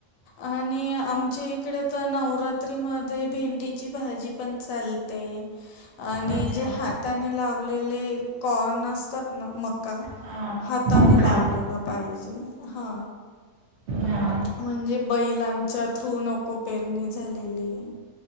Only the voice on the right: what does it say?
अच्छा
हा
मका
हा